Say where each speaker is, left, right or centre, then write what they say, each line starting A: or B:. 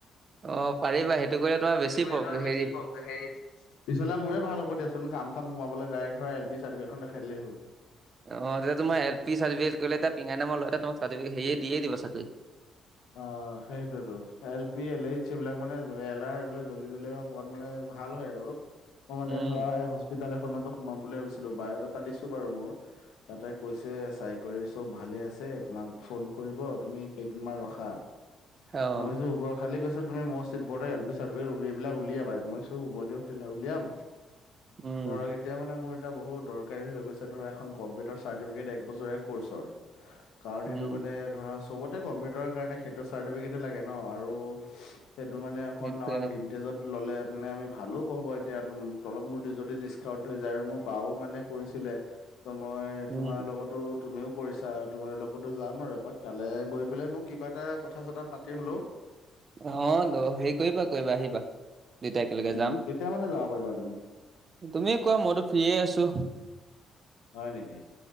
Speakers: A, on the right (about 40°); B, on the left (about 90°).
A: অ', পাৰিবা সেইটো কৰিলে তোমাৰ বেছি
B: সেইটো কৰিলে
A: প্ৰ
B: তোমাৰ
A: হেৰি
B: বেছি প্ৰফিট, পিছলে মোৰে ভাল হ'ব দিয়া চো চোন কাম চাম সোমাবলে ডাইৰেক্ট ধৰা এল পি চাৰ্টফিকেটখন দেখাই দিলে হ'ল।
A: অ', তেতিয়া তোমাৰ এল পি চাৰ্টিফিকেট ক'লে তাত পিঙা নামৰ ল'ৰা এটাই তোমাক চাৰ্টিফিকেট সেই দিয়ে দিব চাকৰি।
B: অ', সেইটোয়েটো এল পি, এল এইচ এইবিলাক মানে এলাৰ এইবিলাক জল্দি জল্দি বা পোৱাত মানে ভাল হয়, আৰু আকৌ মানে
A: উম,
B: ধৰা এই হস- হস্পিতাল এখনতো সোমাম বুলি ভাবিছিলোঁ বায়'ডাটা দিছোঁ বাৰু মোৰ তাতে কৈছে চাই কৰি চব ভালে আছে তোমাক ফোন কৰিব তুমি কেইদিনমান ৰখা খা,
A: অ',
B: মই কৈছোঁ হ'ব খালি কৈছে তুমি মষ্ট <unintelligible> এল পি চাৰ্টিফিকেট উলিয়া এইবিলাক উলিয়াবাই, মই কৈছোঁ হ'ব দিয়ক তেন্তে উলিয়াম।
A: উম,
B: ধৰক এতিয়া মানে মোৰ এটা বহুত দৰকাৰী হৈ গৈছে ধৰ এখন কম্পিউটাৰ চাৰ্টিফিকেট এক বছৰীয়া কৰ্চৰ কাৰণ
A: উম,
B: সেইটো মানে ধৰা চবতে কম্পিউটাৰৰ কাৰণে সেইটো চাৰ্টিফিকেট লাগে ন' আৰু সেইটো মানে অকণ
A: সেইটোৱে।
B: আমাৰ ভন্টেজত ললে মানে আমি ভালো হব এতিয়া অলপ মোৰ যদি ডিচকাউন্ট হৈ যায় আৰু মোৰ বাও মানে কৰিছিলে ত' মই
A: উম,
B: তোমাৰ লগতো তুমিও কৰিছা তুমাৰ লগতো যাম আৰু এপাক তালে গৈ পেলাই মোক কিবা এটা কথা চথা পাতি হ'লেও
A: অ' ল হেৰি কৰিবা কৰিবা আহিবা দুইটা একেলগে
B: উম
A: যাম
B: কেতিয়া মানে যাব পাৰিবা তুমি?
A: তুমিয়ে কোৱা মইতো ফ্ৰী য়ে আছো।
B: হয় নেকি?